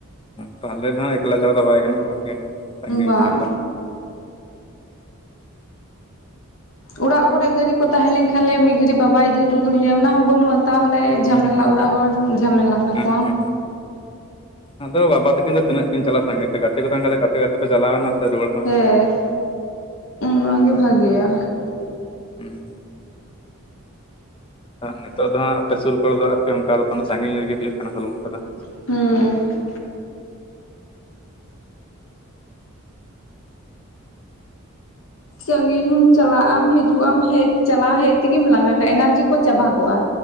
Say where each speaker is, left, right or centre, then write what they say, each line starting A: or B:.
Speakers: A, on the left (about 25°); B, on the left (about 65°).
A: ᱛᱟᱦᱚᱞᱮ ᱫᱚ ᱦᱟᱸᱜ ᱮᱠᱞᱟ ᱪᱟᱞᱟᱣ ᱫᱚ ᱵᱟᱭ ᱜᱟᱱᱚᱜᱼᱟ ᱵᱟᱠᱤ ᱥᱟᱺᱜᱤᱧ
B: ᱵᱟᱝ
A: ᱜᱮ ᱠᱷᱟᱱ ᱫᱚ ᱾
B: ᱚᱲᱟᱜ ᱠᱚᱨᱮᱜ ᱜᱟᱹᱲᱤ ᱠᱚ ᱛᱟᱦᱮᱸ ᱞᱮᱱ ᱠᱷᱟᱱ ᱞᱮ ᱢᱤᱫ ᱜᱷᱟᱹᱲᱤᱡ ᱵᱟᱵᱟᱭ ᱤᱫᱤ ᱦᱚᱴᱚ ᱠᱟᱹᱞᱤᱧᱟ ᱚᱱᱟ ᱦᱚᱸ ᱵᱟᱹᱱᱩᱜᱼᱟ ᱾ ᱛᱟᱦᱚᱞᱮ ᱡᱷᱟᱢᱮᱞᱟ
A: ᱦᱩᱸ ᱦᱩᱸ ᱦᱩᱸ
B: ᱚᱲᱟᱜ ᱦᱚᱲ ᱡᱷᱟᱢᱮᱞᱟ ᱠᱟᱠᱚᱣᱟᱢ
A: ᱦᱮᱸ ᱦᱮᱸ
B: ᱾
A: ᱟᱫᱚ ᱵᱟᱵᱟ ᱛᱤᱠᱤᱱ ᱫᱚ ᱛᱤᱱᱟᱹᱜ ᱠᱤᱱ ᱪᱟᱞᱟᱜᱼᱟ ᱥᱟᱸᱜᱮ ᱛᱮ, ᱜᱟᱛᱮ ᱠᱚ ᱛᱟᱦᱮᱸ ᱠᱟᱛᱮ ᱜᱟᱛᱮ ᱜᱟᱛᱮ ᱯᱮ ᱪᱟᱞᱟᱣᱮᱱᱟ ᱥᱮ ᱟᱨ ᱯᱮ ᱨᱩᱣᱟᱹᱲ ᱾ ᱦᱩᱸ
B: ᱦᱮᱸ ᱚᱱᱟᱜᱮ ᱵᱷᱟᱜᱮᱭᱟ
A: <unintelligible> ᱱᱤᱛᱚᱜ ᱫᱚ ᱦᱟᱸᱜ ᱟᱯᱮ ᱥᱩᱨ ᱠᱚᱨᱮ ᱫᱚ ᱟᱨᱠᱤ ᱚᱱᱠᱟ ᱫᱚ ᱵᱟᱝ ᱥᱟᱺᱜᱤᱧ ᱨᱮᱜᱮ ᱦᱩᱭᱩᱜ ᱠᱟᱱᱟ ᱦᱩᱞ ᱢᱟᱦᱟ ᱠᱚᱫᱚ ᱾
B: ᱦᱮᱸ ᱾ ᱥᱟᱺᱜᱤᱧ ᱮᱢ ᱪᱟᱞᱟᱜ ᱟᱢ ᱦᱤᱡᱩᱜ ᱟᱢ ᱦᱮᱡ ᱪᱟᱞᱟᱣ ᱦᱮᱡᱼᱼ ᱛᱮᱜᱮᱢ ᱞᱟᱸᱜᱟ ᱠᱟᱜᱼᱟ, ᱮᱱᱟᱨᱡᱤ ᱠᱚ ᱪᱟᱵᱟ ᱠᱚᱜᱼᱟ